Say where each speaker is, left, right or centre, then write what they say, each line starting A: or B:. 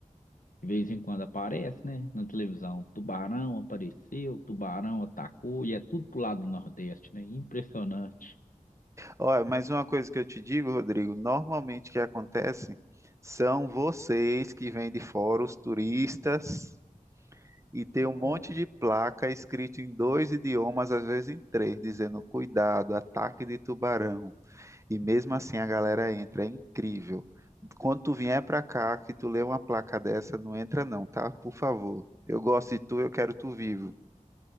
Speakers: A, on the left; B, on the right.
A: de vez em quando aparece, né? Na televisão. Tubarão apareceu, tubarão atacou, e é tudo pro lado do Nordeste, né? Impressionante.
B: Olha, mas uma coisa que eu te digo, Rodrigo, normalmente o que acontece são vocês que vêm de fora, os turistas, e tem
A: Olha.
B: um monte de placa escrito em dois idiomas, às vezes em três, dizendo cuidado, ataque de tubarão. E mesmo assim a galera entra, é incrível. Quando tu vier pra cá, que tu lê uma placa dessa, não entra não, tá? Por favor. Eu gosto de tu, eu quero tu vivo.